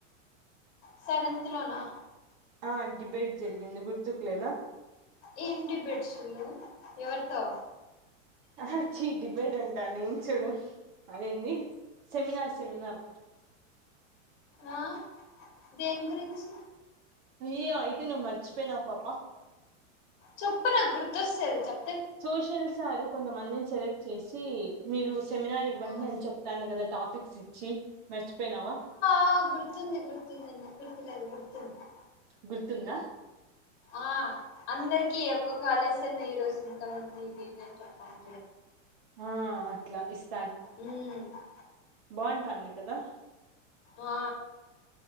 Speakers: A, on the left (about 40°); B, on the right (about 40°).
A: సెవెంత్ లోనా
B: ఆ డిబేట్ జరిగింది గుర్తుకు లేదా
A: ఏం డిబెట్సులు ఎవరితో
B: అహ చీ డిబేడంటా నేను చూడు అదేంది సెమినార్ సెమినార్
A: ఆ దేని గురించి
B: ఈయ అయితే నువ్ మర్చపోయినవా పాప
A: చొప్పు నాకు గుర్తొస్తది చెప్
B: సోషల్ సారు కొందం మందిని సెలెక్ట్ చేసి మీరు సెమినార్ ఇవ్వండి
A: ఆ
B: అని చెప్తాండు కదా టాపిక్స్ ఇచ్చి మర్చ్ పెనావా
A: ఆ గుర్తుంది గుర్తుంది ఎందుకు గుర్తులేదు గుర్తుంది
B: గుర్తుందా
A: ఆ అందరికిీ ఒక్కొక్క ఆలస్యన్ని ఈరోజు ఇంతమంది ఇది ఇది అని చెప్తాను
B: ఆ అట్లా ఇస్తా
A: మ్మ్ హ్
B: బాగుంటాంది కదా
A: ఆ